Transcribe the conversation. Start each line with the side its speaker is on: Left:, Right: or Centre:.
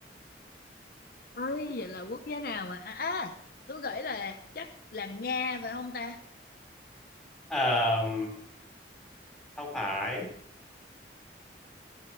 Left: Ơi vậy là quốc gia nào mà à, à tôi nghĩ là chắc là Nga phải không ta?
Centre: Ờm, không phải,